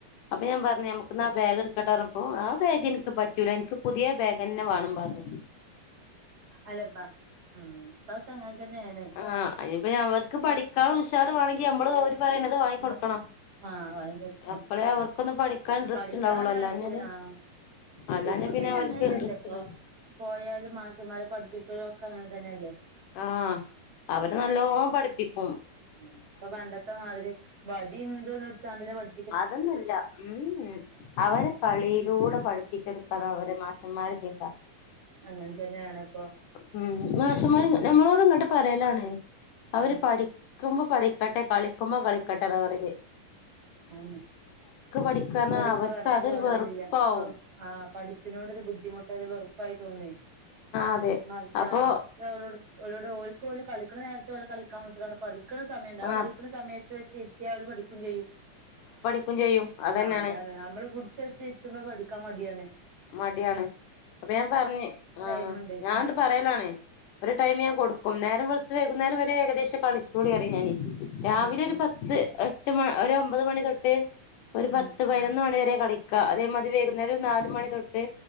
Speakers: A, on the left; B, on the right.
A: അപ്പം ഞാൻ പർഞ്ഞ് നമുക്ക്ന്നാ ആ ബേഗ് ഇട്ക്കട്ടാേർഞ്ഞപ്പം ആ ബേഗ് ഇൻക്ക് പറ്റൂല ഇൻക്ക് പുത്യേ ബേഗെന്നെ വാണം പർഞ്ഞ്
B: അല്ലപ്പാ ഊം ഇപ്പാെക്കെ അങ്ങൻ തന്നേണ്
A: ആഹ് അയ്ന്പ്പഞ്ഞവർക്ക് പഠിക്കാൻള്ള ഉഷാറ്‌വാണെങ്കി നമ്മള് ഓര് പറയ്ണത് വാങ്ങി
B: ആഹ്
A: കൊട്ക്കണം
B: വാങ്ങി കൊടുക്കണം
A: അപ്പളേ അവർക്കൊന്ന് പഠിക്കാൻ ഇൻട്രെസ്റ്റ്ണ്ടാവാെള്ളു
B: പഠിക്കണ കാര്യത്തില്
A: അല്ലാഞ്ഞാല്
B: ആഹ്
A: അല്ലാഞ്ഞാ
B: ഇപ്പൊ
A: പിന്നെ അവര്ക്ക്
B: അങ്ങനെന്നല്ലേ
A: ഇൻട്രെസ്റ്റ്ല്ലല്ലോ
B: ഇപ്പൊ പോയാലും മാഷമ്മാര് പഠിപ്പിക്കലും ഒക്കെ അങ്ങനെ തന്നെല്ലെ
A: ആഹ് അവര് നല്ലോം പഠ്പ്പിക്കും
B: ഉം ഇപ്പ പണ്ടത്തെ മാതിരി വടിം തൊന്നുംട്ത്താണ്ട്ല്ല പട്
A: അതൊന്നു അല്ലാ ഊംഉം അവരെ കളിയിലൂടെ പഠ് പ്പിച്ചെട്ക്കാന്നവരെ മാഷന്മാരെ ചിന്ത
B: അങ്ങൻതന്നെയാണ്പ്പോ
A: ഉം മാഷന്മാര് ഞമ്മളോട് ഇങ്ങെട്ട് പറ്യേലാണ് അവര്
B: ആഹ്
A: പഠി ക്കുമ്പം പഠിക്കട്ടെ കളിക്കുമ്പം കളിക്കട്ടെന്നാ പറ്യല്
B: അതന്നെ
A: പഠിക്ക് പറഞ്ഞാ
B: പഠിക്കാം
A: അവർക്ക്
B: പറയാൻ
A: അതൊരു
B: പാടില്ല
A: വെറുപ്പാവും
B: ആഹ് പഠി പ്പിനോടടൊരു ബുദ്ധിമുട്ട് ഒര് വെറ്പ്പായി തോന്ന്വേ
A: അതെ
B: മറിച്ച്
A: അപ്പൊ
B: ആഹ് ക്ഷെ ഓലോട് ഓലോട് ഓൽക്ക് ഓല് കളിക്ക്ണ നേര്ത്ത് ഓലെ കളിക്കാം വിട്ട്ങ്ങാണ്ട് പഠി ക്ക്ണ സമയണ്ട് ആ
A: ആഹ്
B: പഠിക്ക്ണ സമയത്ത് വെച്ച് ഇര്ത്ത്യാ അവര് പഠിക്കും ചെയ്യും
A: ക്കും ചെയ്യും അതന്നെയാണ്
B: ആഹ് അതാണ് അമ്മള് പുട്ച്ചെച്ച് ഇര്ത്തുമ്പം പഠിക്കാം മട്യാണ്
A: മട്യാണ് അപ്പം ഞാൻ പർഞ്ഞ് ആഹ്
B: ടൈമുണ്ട്
A: ഞാൻ ന്ന്ട്ട് പറ്യേലാണ് ഒര് ടൈമ് ഞാൻ കൊട്ക്കും നേരം വെൾത്ത് വൈകുന്നേരം വെരേ ഏകദേശം കളിച്ചോളിറയും ഞാന് രാവിലെ
B: ഉം
A: ഒര്
B: ഉം
A: പ ത്ത് എട്ട് മ ഒര ഒമ്പത് മണി തൊട്ട് ഒരു പത്ത്
B: ഉം
A: പയ്നൊന്ന് മണി വെരേ കളി ക്കാ അതേമാത്‌രി വൈകുന്നേരാെര് നാല് മണി തൊട്ട്